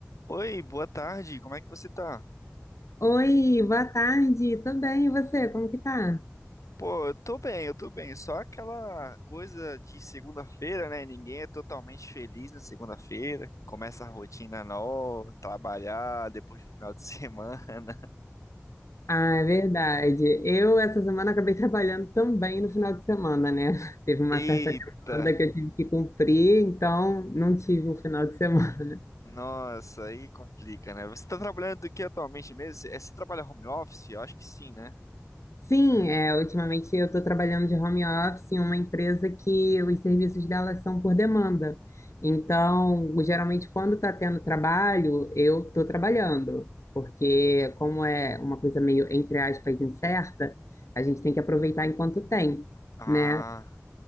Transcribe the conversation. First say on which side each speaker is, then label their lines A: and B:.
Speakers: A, on the left; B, on the left.
A: Oi, boa tarde, como é que você tá?
B: Oi, boa tarde. Tô bem, e você? Como que tá?
A: Pô, eu tô bem, eu tô bem. Só aquela coisa de segunda-feira, né? Ninguém é totalmente feliz na segunda-feira. Começa a rotina nova, trabalhar depois do final de semana.
B: Ah, é verdade. Eu, essa semana, acabei <laughs> trabalhando também no final de semana, né? <laughs> Teve uma
A: <laughs> Eita!
B: certa demanda que eu tive que cumprir, então não tive um final de semana.
A: Nossa, aí complica, né? Você tá trabalhando do que atualmente mesmo? Você, é, você trabalha home office? Eu acho que sim, né?
B: Sim, é, ultimamente eu estou trabalhando de home office em uma empresa que os serviços dela são por demanda. Então, geralmente, quando está tendo trabalho, eu estou trabalhando, porque como é uma coisa meio, entre aspas, incerta, a gente tem que aproveitar enquanto tem,
A: Ah,
B: né?